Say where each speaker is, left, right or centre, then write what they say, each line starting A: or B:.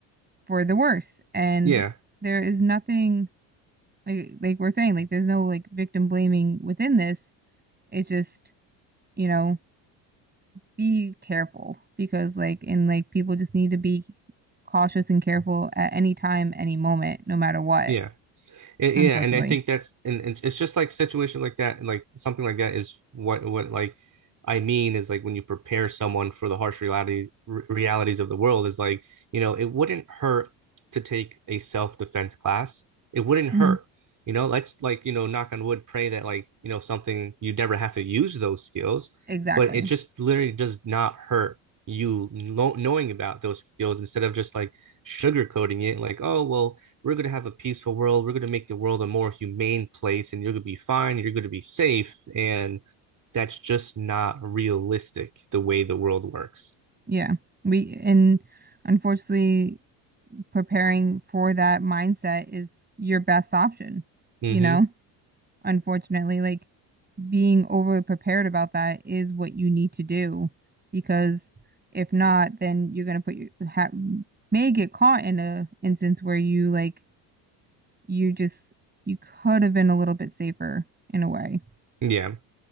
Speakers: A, on the right (about 20°); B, on the right (about 35°).
A: for the worse. And
B: Yeah,
A: there is nothing like like we're saying, like there's no like victim blaming within this. It's just, you know, be careful because like and like people just need to be cautious and careful at any time, any moment, no matter what,
B: yeah. And,
A: unfortunately.
B: yeah, and I think that's and, and it's just like situation like that, and like something like that is what what like I mean is like when you prepare someone for the harsh realities re- realities of the world is like you know it wouldn't hurt to take a self defense class. It wouldn't
A: Mhm.
B: hurt. You know, let's like you know knock on wood, pray that like you know something you never have to use those skills,
A: Exactly.
B: but it just literally does not hurt you know, knowing about those skills instead of just like sugarcoating it like oh well we're going to have a peaceful world. We're going to make the world a more humane place and you're going to be fine. You're going to be safe. And that's just not realistic the way the world works.
A: Yeah. We and unfortunately preparing for that mindset is your best option,
B: Mm-hmm.
A: you know? Unfortunately, like being overly prepared about that is what you need to do because if not, then you're gonna put your ha may get caught in a instance where you like you just you could have been a little bit safer in a way,
B: Yeah.